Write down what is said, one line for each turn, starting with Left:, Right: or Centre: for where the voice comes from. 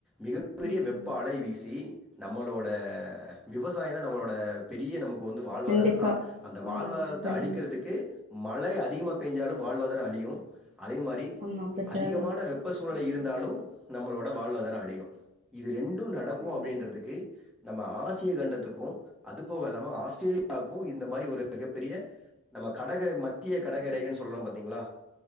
Centre: மிகப்பெரிய
Right: ம்
Centre: வெப்ப அலை வீசி நம்மளோட விவசாய தா நம்மளோட பெரிய நமக்கு வந்து வாழ்வாதாரன்னா
Right: கண்டிப்பா
Centre: அந்த
Right: ஆமா
Centre: வாழ்வாதாரத்த
Right: ஆமா கண்டிப்பா
Centre: அழிக்கறதுக்கு மழை அதிகமாக பெய்ஞ்சாலு வாழ்வாதார அழியு அதே மாரி
Right: ஆமா பிரச்சனதா
Centre: அதிகமான வெப்ப சூழ்நிலை
Right: ம்
Centre: இருந்தாலு நம்மளோட வாழ்வாதாரோ அழியு இது ரெண்டு நடக்கு
Right: ஆமா
Centre: அப்டின்றதுக்கு நம்ம ஆசிய கண்டத்துக்கு அதுபோக இல்லாம ஆஸ்திரேலியாவுக்கு இந்த மாரி ஒரு மிகப்பெரிய நம்ம கடக மத்திய
Right: ம்
Centre: கடக ரேகன் சொல்றோ பாத்தீங்ளா